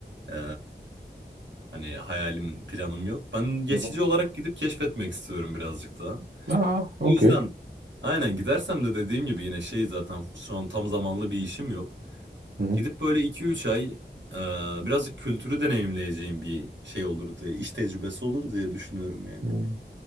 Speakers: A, on the right (about 80°); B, on the right (about 60°).
A: E, hani hayalim, planım yok. Ben geçici
B: Hı hı.
A: olarak gidip keşfetmek istiyorum birazcık daha.
B: Aa
A: O
B: okey.
A: yüzden aynen gidersem de dediğim gibi yine şey zaten şu an tam zamanlı bir işim yok.
B: Hı hı.
A: Gidip böyle iki üç ay e, birazcık kültürü deneyimleyeceğim bir şey olur diye, iş tecrübesi olur diye düşünüyorum yani.
B: Hı.